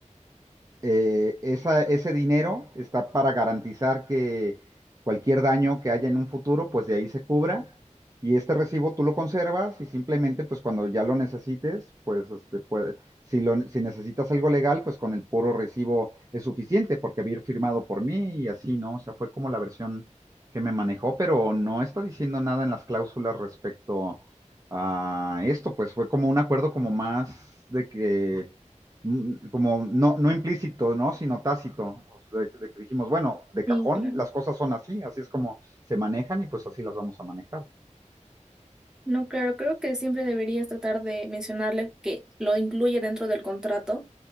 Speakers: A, on the right; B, in the centre.
A: eh, esa- ese dinero está para garantizar que cualquier daño que haya en un futuro, pues de ahí se cubra. Y este recibo tú lo conservas y simplemente, pues cuando ya lo necesites, pues, este, pues, si lo, si necesitas algo legal, pues con el puro recibo es suficiente porque había firmado por mí y así, ¿no? O sea, fue como la versión que me manejó, pero no está diciendo nada en las cláusulas respecto a esto, pues fue como un acuerdo como más de que mm, como no, no implícito, ¿no? Sino tácito. De, de que dijimos, bueno, de cajón,
B: Sí, claro.
A: las cosas son así, así es como se manejan y pues así las vamos a manejar.
B: No, claro, creo que siempre deberías tratar de mencionarle que lo incluye dentro del contrato,